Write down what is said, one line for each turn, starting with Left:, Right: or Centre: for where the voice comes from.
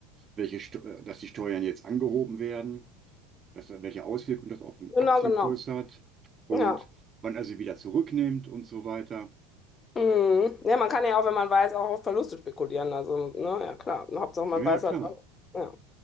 Right: welche, Steu- äh, dass die Steuern jetzt angehoben werden, dass, er- welche Auswirkungen das auf den
Left: Genau,
Right: Aktienkurs
Left: genau.
Right: hat und
Left: Ja.
Right: wann er sie wieder zurücknimmt und so weiter.
Left: Mhm. Ja, man kann ja auch, wenn man weiß, auch auf Verluste spekulieren. Also, ne, ja klar. Hauptsache man
Right: Ja, ja,
Left: weiß
Right: klar.
Left: halt was. Ja.